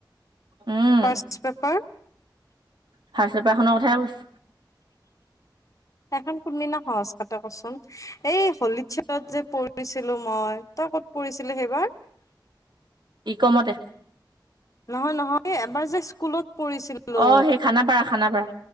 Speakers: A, on the right (about 70°); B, on the left (about 45°).
A: উম
B: ফাৰ্ষ পেফাৰ
A: ফাৰ্ষ্ট পেপাৰ খনৰ কথাই কৈছো
B: এখন কুৰ্মিনা সহজ কথা কচোন এই হলিত চেলত যে পঢ়ছিলো মই তই ক পৰিছিলো সেইবাৰ।
A: ই কমতে।
B: নহয় - নহয় এবাৰ যে স্কুলত পঢ়িছিলো
A: অ সেই খানাপাৰা খানাপাৰা